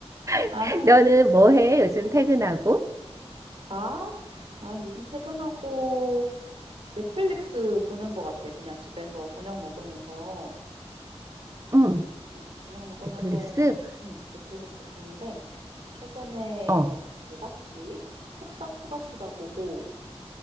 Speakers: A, on the right; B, on the right.
A: 아,
B: <laughs> 너는 뭐 해? 요즘 퇴근하고?
A: 나? 난 요즘 퇴근하고 넷플릭스 보는 것 같아. 그냥 집에서 저녁 먹으면서,
B: 응.
A: 음, 저녁 먹으면서
B: 넷플릭스?
A: 음, 넷플릭스 보는데, 최근에
B: 어.
A: 뭐 봤지? 폭삭 속가수다 보고,